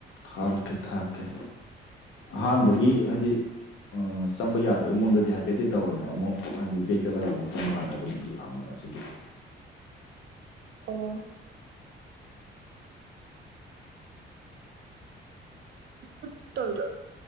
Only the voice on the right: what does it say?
ꯑꯣ꯫ <inaudible> ꯇꯣꯏꯗꯣ꯫